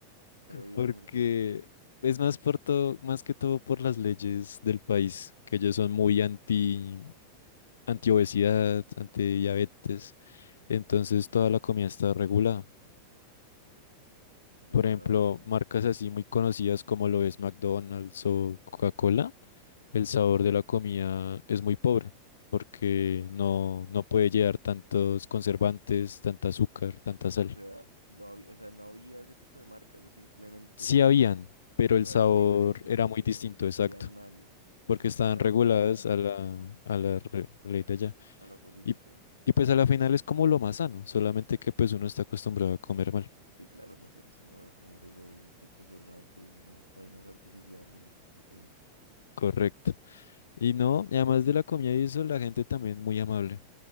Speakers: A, on the right (about 85°); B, on the left (about 65°).
A: A lo bien,
B: porque
A: porque,
B: es más por todo, más que todo por las leyes del país, que ellos son muy anti, anti obesidad, anti diabetes, entonces toda la comida está regulada.
A: o sea,
B: Por ejemplo, marcas así muy conocidas como lo es McDonald's o Coca-Cola, el sabor de la comida es muy pobre porque no, no puede llevar tantos conservantes, tanta azúcar, tanta sal.
A: o sea, no había, o sea, no había ese tipo de marcas o simplemente
B: Sí
A: las,
B: habían, pero
A: pero
B: el sabor
A: sabían diferentes,
B: era
A: sabían
B: muy distinto,
A: muy, sabían
B: exacto,
A: mal,
B: porque
A: o sea, estaban
B: estaban
A: adaptadas,
B: reguladas a la, a
A: sí,
B: la re- ley de allá.
A: a la política.
B: Y, y pues a la final es como lo más sano, solamente que pues uno está acostumbrado a comer mal.
A: Sí, claro, no está acostumbrado a comer eso ahí con conservantes, ma- vainas artificiales, no sé.
B: Correcto. Y no, y además de la comida y eso, la gente también muy amable.